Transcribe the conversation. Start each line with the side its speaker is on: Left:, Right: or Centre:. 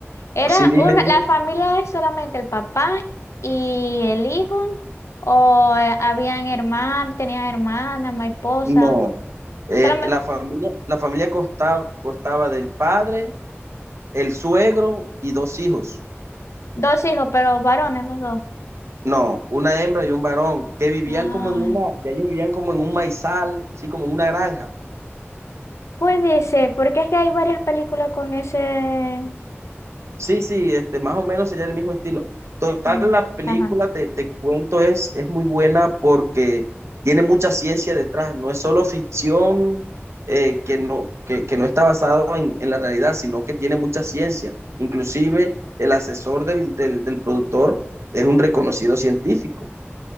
Left: Era
Right: Sí, dime,
Left: una,
Right: dime.
Left: la familia es solamente el papá y el hijo, o eh, habían hermanos, tenían hermana, mi esposa,
Right: No. Eh,
Left: solamente
Right: la familia, la familia consta- constaba del padre, el suegro y dos hijos.
Left: dos hijos, pero varones los dos.
Right: No, una hembra y un varón, que vivían
Left: Ay,
Right: como en una, ya ellos vivían como en un maizal, sí, como en una granja.
Left: puede ser, porque es que hay varias películas con ese.
Right: Sí, sí, este, más o menos sería el mismo estilo. Total,
Left: Sí,
Right: la película,
Left: Ajá,
Right: te, te cuento, es, es muy buena porque tiene mucha ciencia detrás, no es solo ficción eh, que, no, que, que no está basado en, en, la realidad, sino que tiene mucha ciencia. Inclusive el asesor del, del, del productor es un reconocido científico.